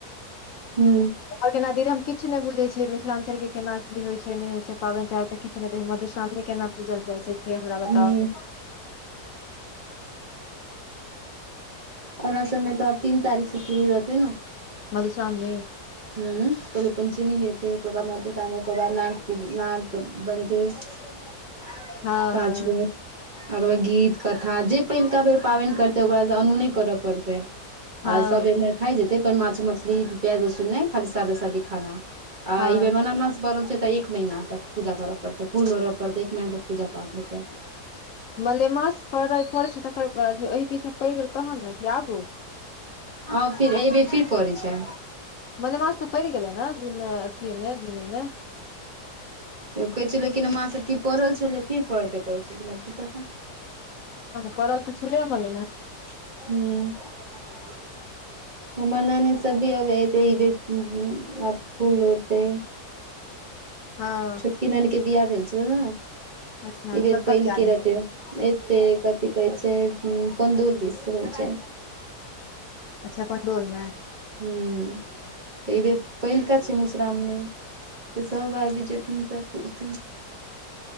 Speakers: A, on the right; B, on the left.
A: हू
B: आओर केना दीदी हम किछ नहि बुझै छियै मिथिलाञ्चलके केना की होइ छै नहि होइ छै पाबनि त्यहार तऽ किछु नहि दे मधुश्रावणी केना पूजल जाइ छै से हमरा बताउ
A: हुं ओरना समय तऽ आब तीन तारीख से शुरू रहतै ने
B: मधुश्रमणि
A: ह पहिले पञ्चमी हेथे ओकर बाद मधुश्रावणी ओकर बाद नाग पू नाग बनतै पाँच
B: हँ हँ
A: बेर भगवत गीत कथा जे पहिलुका बेर पाबनि करतै ओकरा त अनुने कर पड़तै
B: हँ
A: आ सब एहर खाय जेतै पर माछ मछली प्याज लसुहन नहि खाली सादा सादी खाना आ
B: हँ
A: ई बेर मलेमास पड़ल छैे त एक महिना तक पूजा करऽ पड़तै फूल लोढ़ऽ पड़तै एक महिना तक पूजा पाठ हेतै
B: मलेमास पड़ पड़ै छै तकर बाद एहि बीचमे पड़ि गेल तहन ने कि आगू
A: हँ फिर एहिबेर की पड़ैत छै
B: मलेमास तऽ पड़ि गेले ने जुने अथिये मे जूने मे
A: कहै छै लेकिन माँसभ की पड़ल छलै फेर पढ़तै कहैत छलिन की पता
B: परल तऽ छलैये मलेमास
A: हूंम्म हमर ननदि सब भी एतै आब एते ई बेर आब फूल लोढ़तै
B: हँ
A: किरन के बियाह भेल छलो ने
B: अच्छा
A: ई बेर
B: कतऽ
A: पहिलके
B: बियाह भेल
A: रहते एतै कथी कहै छै पंडौल दिस होयल छै
B: अच्छा पण्डोलमे
A: हूंम्म तऽ एहि बेर पहिलका छै मुश्रावणी तऽ सभ आबी जेथिन तऽ पुथिन